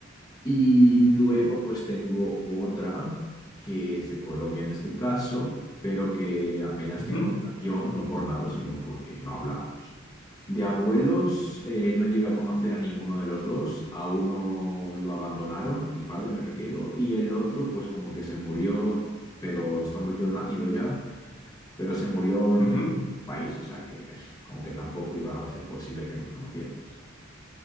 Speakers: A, on the left; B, on the left.
A: Y luego
B: sí.
A: pues tengo otra que es de Colombia en este caso, pero que apenas
B: Ujú,
A: tengo relación, no por nada, sino porque no hablamos. De abuelos eh, no llegué a conocer a ninguno de los dos, a uno lo abandonaron, a mi padre me refiero, y el otro pues como que se murió, pero estando yo nacido ya, pero se murió en
B: ujú.
A: el país, o sea que como que tampoco iba a ser posible que nos conociéramos.